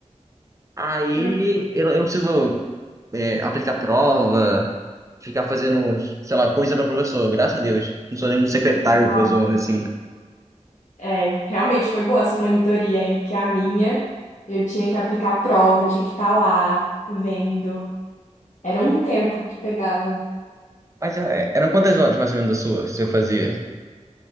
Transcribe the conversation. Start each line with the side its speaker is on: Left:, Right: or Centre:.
Right: Aí
Left: <laughs>
Right: eu, não eu não preciso é, aplicar prova, ficar fazendo, sei lá, coisa para professor, graças a Deus. Não sou nenhum secretário
Left: Hum.
Right: do professor, vamos dizer assim, né.
Left: É, realmente foi boa essa monitoria, hein? Porque a minha, eu tinha que aplicar prova, tinha que estar lá vendo. Era um tempo que pegava.
Right: Mas é, eram quantas horas mais ou menos da sua, se eu fazia?